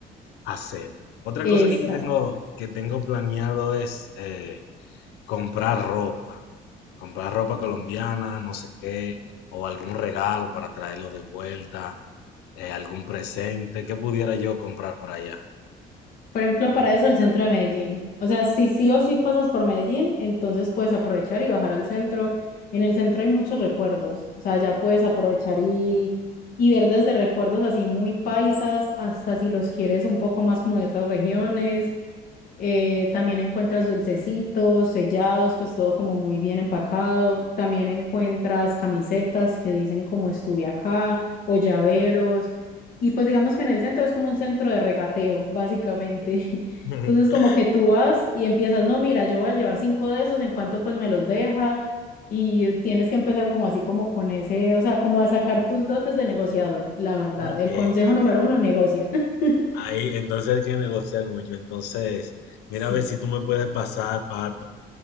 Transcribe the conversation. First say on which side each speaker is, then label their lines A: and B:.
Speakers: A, on the left; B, on the left.
A: hacer. Otra
B: Es,
A: cosa que yo tengo, que tengo planeado es eh, Comprar ropa, comprar ropa colombiana, no sé qué, o algún regalo para traerlo de vuelta, eh, algún presente, ¿qué pudiera yo comprar por allá?
B: Por ejemplo, para
A: Antonio?
B: eso el centro de Medellín. O sea, si sí o sí pasas por Medellín, entonces puedes aprovechar y bajar al centro. En el centro hay muchos recuerdos. O sea, ya puedes aprovechar y, y ver desde recuerdos así muy paisas hasta si los quieres un poco más como de otras regiones. Eh, también encuentras dulcecitos, sellados, pues todo como muy bien empacado. También encuentras camisetas que dicen como estuve acá o llaveros. Y pues digamos que en el centro es como un centro de regateo, básicamente. <laughs>
A: <laughs>
B: Entonces como que tú vas y empiezas, no, mira, yo voy a llevar cinco de esos, en cuanto pues me los deja. Y tienes que empezar como así, como con ese, o sea, como a sacar tus dotes de negociador, la verdad.
A: Ok,
B: El consejo
A: ok.
B: número uno, negocia. <laughs>
A: Ahí entonces hay que negociar mucho. Entonces, mira
B: Sí.
A: a ver si tú me puedes pasar para